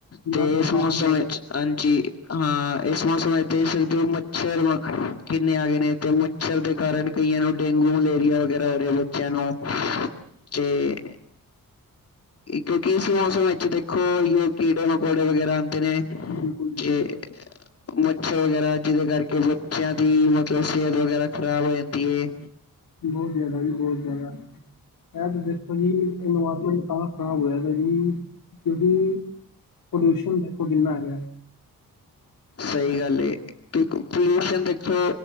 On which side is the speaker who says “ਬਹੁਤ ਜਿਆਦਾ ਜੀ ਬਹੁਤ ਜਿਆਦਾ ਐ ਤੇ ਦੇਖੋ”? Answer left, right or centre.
Left